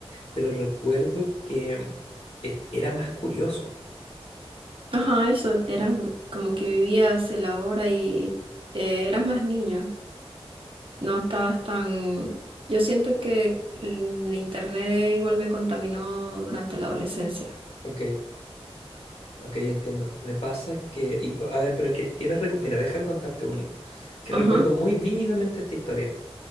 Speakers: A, on the left; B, on the right.
A: pero recuerdo que mm, es- era más curioso.
B: Ajá, eso, eras como que vivías el ahora y eh, eras más niño, no estabas tan... Yo siento que el, el internet igual me contaminó durante la adolescencia.
A: Ok, ok, entiendo. Me pasa que, y, a ver, pero que tienes, recu- mira, déjame contarte un, que
B: Ajá,
A: recuerdo muy vívidamente esta historia.